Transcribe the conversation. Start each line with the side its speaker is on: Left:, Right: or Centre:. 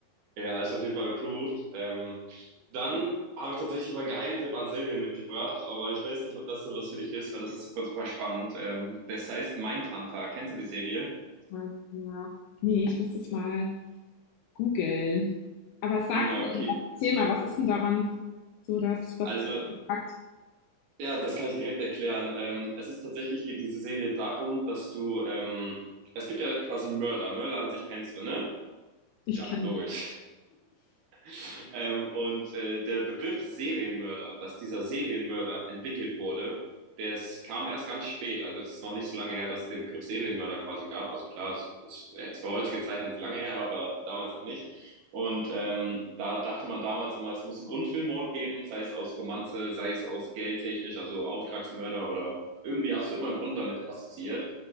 Right: Ja, ist auf jeden Fall approved. Ähm, dann habe ich tatsächlich meinen Geheimtipp an Serien mitgebracht, aber ich weiß nicht, ob das denn was für dich ist, weil das ist super, super spannend. Ähm, das heißt Mindhunter. Kennst du die Serie?
Left: Warte mal. Nee, ich muss das mal googeln. Aber sag
Right: Ja,
Left: mir,
Right: okay.
Left: irgendwas. erzähl mal, was ist denn daran so das, was
Right: Also
Left: du gesagt hast?
Right: Ja, das kann ich direkt erklären. Ähm, es ist tatsächlich, geht diese Serie darum, dass du, ähm, es gibt ja quasi Mörder. Mörder an sich kennst du, ne?
Left: Ich
Right: Ja,
Left: kann,
Right: logisch. <laughs> ähm, und äh, der Begriff Serienmörder, dass dieser Serienmörder entwickelt wurde, das kam erst ganz spät. Also es ist noch nicht so lange her, dass es den Begriff Serienmörder quasi gab. Also klar, es ist jetzt für heutige Zeiten lange her, aber damals halt nicht. Und ähm, da dachte man damals immer, es muss einen Grund für einen Mord geben, sei es aus Romanze, sei es aus geldtechnisch, also Auftragsmörder oder irgendwie hast du immer einen Grund damit assoziiert.